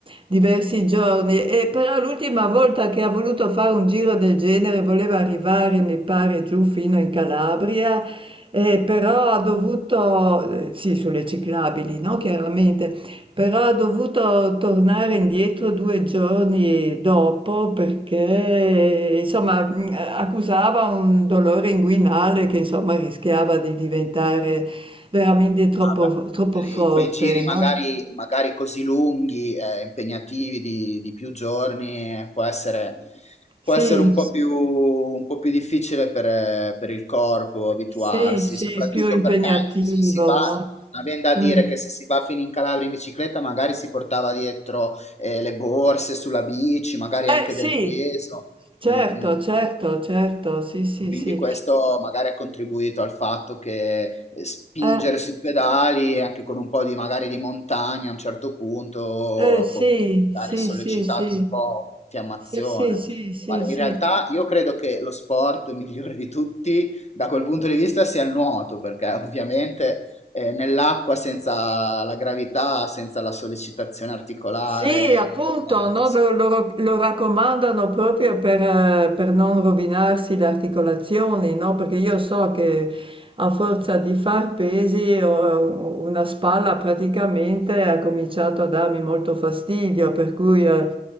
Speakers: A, on the right (about 30°); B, on the left (about 40°).
A: diversi giorni. E però l'ultima volta che ha voluto fare un giro del genere voleva arrivare, mi pare, giù fino in Calabria, eh, però ha dovuto, eh, sì, sulle ciclabili, no? Chiaramente. Però ha dovuto tornare indietro 2 giorni dopo perché insomma, mhmm, accusava un dolore inguinale che insomma rischiava di diventare veramente troppo
B: Ah beh,
A: troppo forte,
B: lì quei giri magari,
A: no.
B: magari così lunghi, eh, impegnativi di, di più giorni, eh, può essere,
A: Sì,
B: può essere un po' più, un po' più difficile per, eh, per il corpo abituarsi,
A: sì, sì,
B: soprattutto
A: più impegnativo,
B: perché se si va,
A: no.
B: avendo a
A: Mh.
B: dire che se si va fino in Calabria in bicicletta, magari si portava dietro, eh, le borse sulla bici, magari
A: Eh
B: anche
A: sì,
B: del peso.
A: certo,
B: Mm, mm.
A: certo, certo, sì, sì,
B: Quindi
A: sì.
B: questo magari ha contribuito al fatto che eh, spingere
A: Eh,
B: sui pedali, anche con un po' di magari di montagna a un certo punto,
A: eh
B: ha po-
A: sì,
B: magari
A: sì,
B: sollecitato
A: sì, sì.
B: un po' l'infiammazione.
A: Sì, sì, sì, sì,
B: Guarda, in
A: sì.
B: realtà io credo che lo sport <laughs> migliore di tutti da quel punto di vista sia il nuoto, perché ovviamente eh, nell'acqua senza la gravità, senza la sollecitazione articolare,
A: Sì, appunto,
B: tutto quanto.
A: no,
B: si-
A: lo, lo- lo raccomandano proprio per, eh, per non rovinarsi le articolazioni, no? Perché io so che a forza di far pesi ho- una spalla praticamente ha cominciato a darmi molto fastidio, per cui eh,